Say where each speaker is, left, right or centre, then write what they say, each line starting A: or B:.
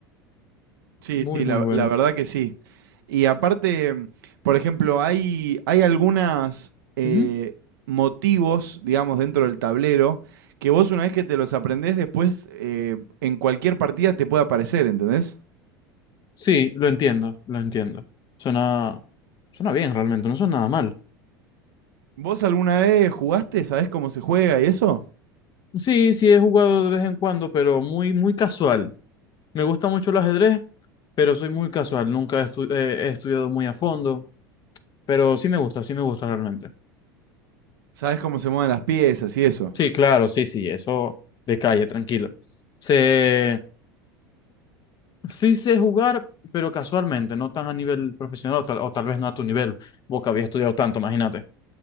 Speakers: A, on the right; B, on the left.
A: Sí,
B: Muy,
A: sí,
B: muy
A: la,
B: bueno.
A: la verdad que sí. Y aparte, mm, por ejemplo, hay, hay algunas eh,
B: Ujú.
A: motivos, digamos, dentro del tablero, que vos una vez que te los aprendés, después eh, en cualquier partida te puede aparecer, ¿entendés?
B: Sí, lo entiendo, lo entiendo. Suena, suena bien realmente, no suena nada mal.
A: ¿Vos alguna vez jugaste? ¿Sabés cómo se juega y eso?
B: Sí, sí he jugado de vez en cuando, pero muy, muy casual. Me gusta mucho el ajedrez, pero soy muy casual. Nunca he, estu- eh, he estudiado muy a fondo, pero sí me gusta, sí me gusta realmente.
A: Sabes cómo se mueven las piezas y eso.
B: Sí, claro, sí, sí, eso de calle, tranquilo. Sé- sí sé jugar, pero casualmente, no tan a nivel profesional o tal, o tal vez no a tu nivel. Vos que habías estudiado tanto, imagínate.